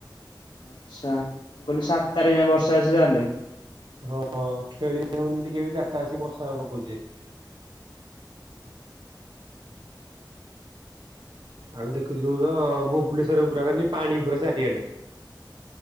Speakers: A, on the left; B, on the right.
A: ଆଚ୍ଛା। ମୁଁ କହିଲି ସାତ ତାରିଖ ଯାଏ ବର୍ଷା ଅଛି ତାହେଲେ?
B: ହଁ ଖେଳି ହଉନି ଟିକେ ବି ଚାରିଟା ଆସିିକି ବର୍ଷା ପକଉଛି। ଆଉ ଦେଖୁଥିବୁ ତ ଭୁବନେଶ୍ୱର ପୁରା କି ପାଣି ପୁରା ଚାରିଆଡେ।